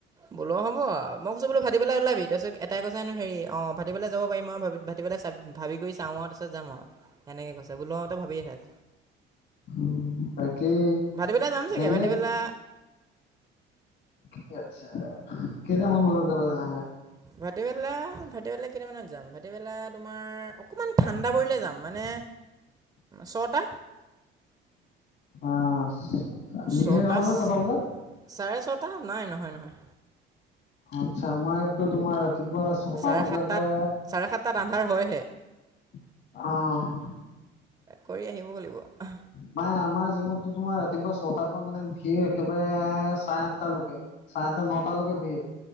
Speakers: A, on the right (about 20°); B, on the left (about 60°).
A: বোলো হ'ব আৰু মই কৈছোঁ বোলো ভাতিবেলা ওলাবি‌ তাৰপিছত এটাই কৈছে হেনো হেৰি অ' ভতিবেলা যাব পাৰিম আৰু ভাতিবেলা ভাবি কৰি চাওঁ আৰু তাৰ পিছত যাম আৰু এনেকে কৈছে অ' বোলো তই ভাবিয়ে থাক।
B: উম তাকেই
A: ভাতিবেলা যাম চাগে
B: এনেই
A: ভাতিবেলা
B: কি আচ্ছা, কেইটামান বজাত যাবা তেনেহ'লে?
A: ভাটিবেলা-ভাটিবেলা কেইটামানত যাম ভাটিবেলা তোমাৰ অকণমান ঠাণ্ডা পৰিলে যাম মানে ছটা
B: অ' ছটা ভিৰ
A: ছটা
B: নহয়
A: চাৰে
B: ন বজাত
A: ছটা নাই নহয়-নহয়।
B: আচ্ছা মইটো তোমাৰ ৰাতিপুৱা ছটা
A: চাৰে
B: বজাৰ
A: সাতটাত-চাৰে
B: পৰা
A: সাতটাত আন্ধাৰ হয়হে।
B: অ'
A: কৰি আহিব লাগিব। অ'
B: মানে আমাৰ জিমটো তোমাৰ ৰাতিপুৱা ছটাৰ পৰা মানে ভিৰ একেবাৰে চাৰে আঠটা লৈকে চাৰে আঠটা নটা লৈকে ভিৰ